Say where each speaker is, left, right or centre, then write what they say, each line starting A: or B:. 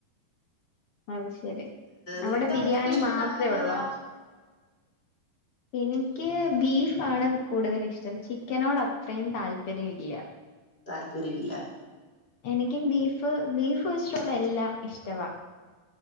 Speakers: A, on the left; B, on the left.
A: അ ശ ശരി
B: നിന്റെ
A: അവിടെ ബിരിയാണി
B: നിന്റെ ഇഷ്ടപ്പെട്ട
A: മാത്രേ
B: ആഹാരം
A: ഉള്ളോ
B: ഏതാ
A: എനിക്ക് ബീഫാണ് കൂടുതല് ഇഷ്ടം ചിക്കനോട് അത്രയും താല്പര്യവില്ല
B: താല്പര്യം ഇല്ല
A: എനിക്കും ബീഫ് ബീഫ് വെച്ചിട്ടുള്ള എല്ലാം ഇഷ്ടവാ